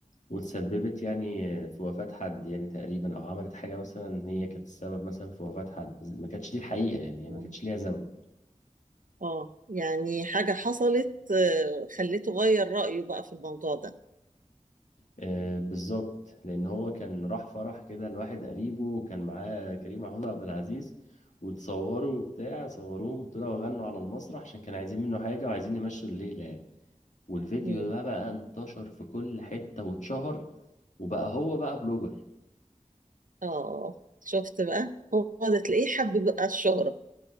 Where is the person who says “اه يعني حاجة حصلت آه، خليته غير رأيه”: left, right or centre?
Right